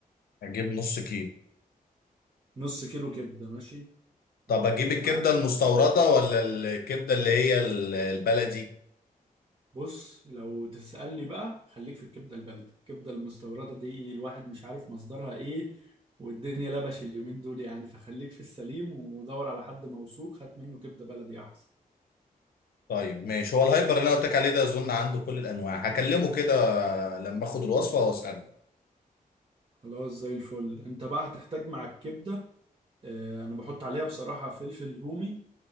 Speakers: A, on the left; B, on the right.
A: اجيب نص كيلو
B: نص كيلو كبدة ماشي
A: طب
B: وهتحتاج
A: اجيب الكبده
B: معاه
A: المستورده ولا الكبده اللي هي ال- البلدي
B: بص لو تسألني بقى خليك في الكبدة البلدي الكبدة المستوردة دي الواحد مش عارف مصدرها ايه والدنيا لبش اليومين دول يعني فخليك في السليم ودور على حد موثوق هات منه كبدة بلدي احسن
A: طيب ماشي هو الهايبر اللي انا قلت لك عليه ده اظن عنده كل الانواع هكلمه كده لما اخد الوصفه واساله
B: خلاص زي الفل انت بقى هتحتاج مع الكبدة آه، انا بحط عليها بصراحة فلفل رومي